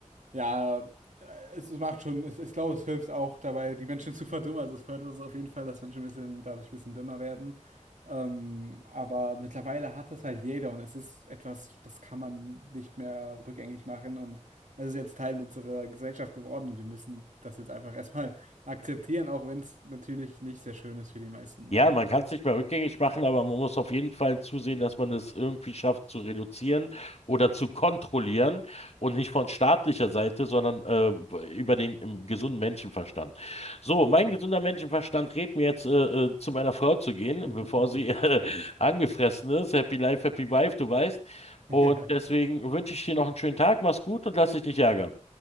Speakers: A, on the right; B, on the left.
A: äh, Ja, äh, es es macht schon, es, ich glaube, es hilft auch dabei, die Menschen zu verdummen. Also es fördert es auf jeden Fall, dass Menschen ein bisschen, dadurch ein bisschen dümmer werden. Ähm, aber mittlerweile hat es halt jeder und es ist etwas, das kann man nicht mehr rückgängig machen. Und es ist jetzt Teil unserer Gesellschaft geworden und wir müssen das jetzt einfach erstmal <laughs> akzeptieren, auch wenn es natürlich nicht sehr schön ist für die meisten, ne?
B: Ja, man kann es nicht mehr rückgängig machen, aber man muss auf jeden Fall zusehen, dass man es irgendwie schafft zu reduzieren oder zu kontrollieren und nicht von staatlicher Seite, sondern äh, über den im gesunden Menschenverstand. So, mein
A: Ja.
B: gesunder Menschenverstand rät mir jetzt, äh, äh, zu meiner Frau zu gehen,
A: <laughs>
B: bevor sie <laughs> äh, angefressen ist. Happy Life, Happy Wife, du weißt. Und
A: Ja.
B: deswegen wünsche ich dir noch einen schönen Tag, mach's gut und lass dich nicht ärgern.